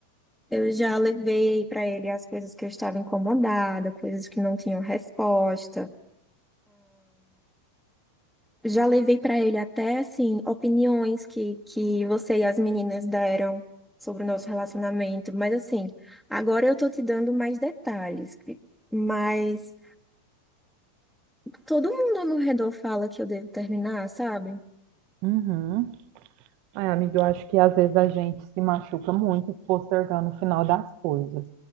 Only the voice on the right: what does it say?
Uhum. Ai, amiga, eu acho que às vezes a gente se machuca muito postergando o final das coisas.